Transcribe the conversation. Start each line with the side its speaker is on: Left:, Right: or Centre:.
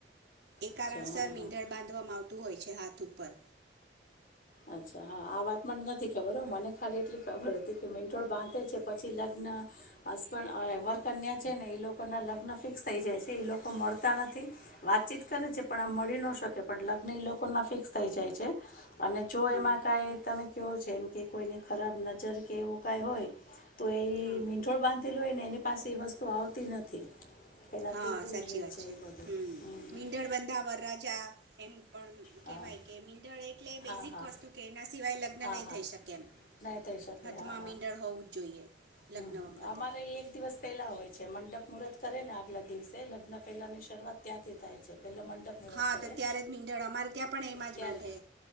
Right: એ
Left: અચ્છા
Right: કારણસર
Left: હા
Right: મીંધળ
Left: હા
Right: બાંધવામાં આવતું હોય. પછે હાથ ઉપર.
Left: અચ્છા હા આ વાતમાં નથી ખબર હો મને ખાલી એટલી ખબર હતી કે મીંઠોળ બાંધે છે પછી લગ્ન હસબડવર્ક અન્યા છે ને એ લોકોના લગ્ન ફિક્સ થઈ જાય છે એ લોકો મળતા નથી વાતચીત કરે છે પણ આમ મળી ન શકે પણ લગ્ન એ લોકો ના ફિક્સ થઈ જાય છે. અને જો
Right: હા
Left: એમાં કાઈ તમે કવયો છે એમ કે કોઈને ખરાબ નજર કે એવું કઈ હોય. તો એ
Right: હા
Left: મીંઠોળ બાંધ લોઈને એની પાસે એ વસ્તુ આવતી નથી. એનાથી
Right: હા
Left: દૂર
Right: સાચી
Left: રહે
Right: વાત છે
Left: એ બધું
Right: હમ
Left: હમ.
Right: મીંંદળ બંધાવર રાજા એમ પણ
Left: હા
Right: કેહેવાય કે મીંડણ એટલે બેઝિક
Left: હા હા હા
Right: વસ્તુ કે એના સિવાય લગ્ન
Left: હા
Right: નહી
Left: હા
Right: થઈ શકે એમ
Left: નહીં થઈ શકે
Right: હાથમાં
Left: હા હા
Right: મીંડળ હોવું જ જોઈએ
Left: હમ
Right: લગ્ન વખતે.
Left: અમારે એક દિવસ પહેલા હોય છે મંડપ મુહૂર્ત કરે ને આગલા દિવસે લગ્ન પહેલાંની શરૂઆત ત્યાંથી થાય છે. પહેલાં મંડપ મુહૂર્ત
Right: હા
Left: કરે
Right: તો ત્યારે જ મીંઢણ અમારે ત્યાં પણ એમાં
Left: ત્યારે
Right: જ બાંધે